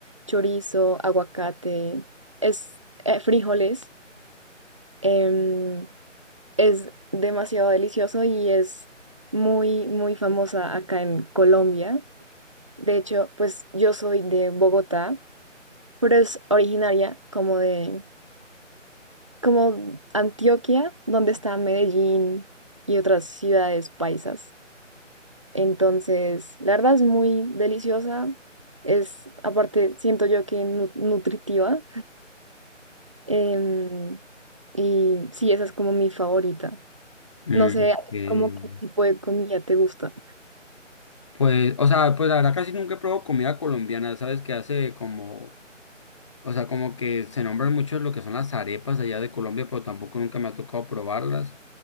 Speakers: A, on the right; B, on the left.
A: chorizo, aguacate, es eh, frijoles. em, Es demasiado delicioso y es muy, muy famosa acá en Colombia. De hecho, pues yo soy de Bogotá, pero es originaria como de, como Antioquia, donde está Medellín y otras ciudades paisas. Entonces, la verdad es muy deliciosa. Es, aparte, siento yo que nu- nutritiva. Em, y sí, esa es como mi favorita.
B: Mm,
A: No sé,
B: eh,
A: ¿cómo qué tipo de comida te gusta?
B: Pues, o sea, pues la verdad casi nunca he comida colombiana, ¿sabes? Que hace como, o sea, como que se nombran mucho lo que son las arepas allá de Colombia, pero tampoco nunca me ha tocado probarlas.